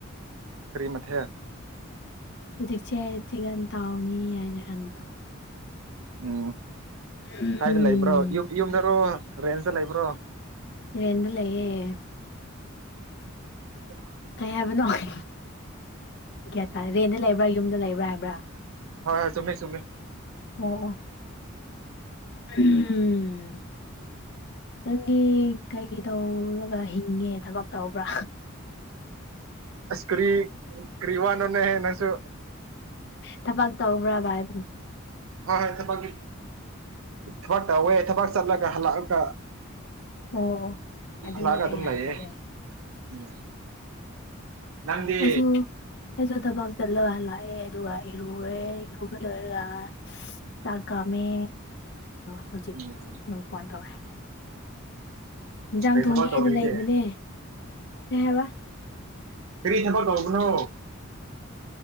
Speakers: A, on the right (about 75°); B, on the left (about 55°).
A: ꯀꯔꯤ ꯃꯊꯦꯜ
B: ꯍꯧꯖꯤꯛꯁꯦ ꯆꯤꯀꯟ ꯇꯥꯎꯅꯤ ꯍꯥꯏꯅ ꯍꯟꯕ
A: ꯎꯝ
B: ꯎꯝ
A: ꯀꯥꯏꯗ ꯂꯩꯕ꯭ꯔꯣ ꯌꯨꯝ ꯌꯨꯝꯗꯔꯣ ꯔꯦꯟꯁꯇ ꯂꯩꯕ꯭ꯔꯣ
B: ꯔꯦꯟꯗ ꯂꯩꯌꯦ
A: <inaudible>
B: ꯀꯩ ꯍꯥꯏꯕꯅꯣ <unintelligible> ꯒ꯭ꯌꯥꯟ ꯇꯥꯗꯦ ꯔꯦꯟꯗ ꯂꯩꯕ꯭ꯔꯥ ꯌꯨꯝꯗ ꯂꯩꯕ꯭ꯔꯥ ꯍꯥꯏꯕ꯭ꯔꯥ
A: ꯍꯣꯏ ꯍꯣꯏ ꯆꯨꯝꯃꯤ ꯆꯨꯝꯃꯤ
B: ꯑꯣ ꯑꯣ ꯎꯝ ꯅꯪꯗꯤ ꯀꯩ ꯇꯧꯔꯒ ꯍꯤꯡꯉꯦ ꯊꯕꯛ ꯇꯧꯕ꯭ꯔꯥ
A: ꯑꯁ ꯀꯔꯤ ꯀ꯭ꯔꯤ ꯋꯥꯅꯣꯅꯦꯍꯦ ꯅꯪꯁꯨ
B: ꯊꯕꯛ ꯇꯧꯕ꯭ꯔꯥ ꯚꯥꯏ
A: ꯍ ꯣꯢ ꯍꯣꯢ ꯊꯕꯛꯀꯤ ꯊꯕꯛ ꯇꯧꯋꯦ ꯊꯕꯛ ꯆꯠꯂꯒ ꯍꯜꯂꯛꯑꯒꯥ
B: ꯑꯣ ꯑꯣ ꯑꯗꯨꯅꯦ
A: ꯂꯥꯛꯑꯒ ꯑꯗꯨꯝ
B: ꯑꯩ ꯍꯪꯕꯁꯦ
A: ꯂꯩꯌꯦ ꯎꯝ ꯅꯪꯗꯤ
B: ꯑꯩꯖꯨ ꯑꯩꯁꯨ ꯊꯕꯛ ꯆꯠꯂꯒ ꯂꯥꯛꯑꯦ ꯑꯗꯨꯒ ꯏꯔꯨꯔꯦ ꯏꯔꯨꯕ ꯂꯣꯏꯔꯒ ꯆꯥꯛ ꯀꯥꯝꯃꯦ ꯍꯧꯖꯤꯛ
A: ꯎꯝ
B: ꯐꯣꯟ ꯇꯧꯔꯦ ꯏꯟꯖꯥꯡ
A: ꯀꯩ
B: ꯊꯣꯡꯒꯦꯅ
A: ꯊꯕꯛ ꯇꯧꯔꯤꯒꯦ
B: ꯂꯩꯕꯅꯦ ꯀꯩ ꯍꯥꯏꯕ
A: ꯀꯔꯤ ꯊꯕꯛ ꯀꯧꯕꯅꯣ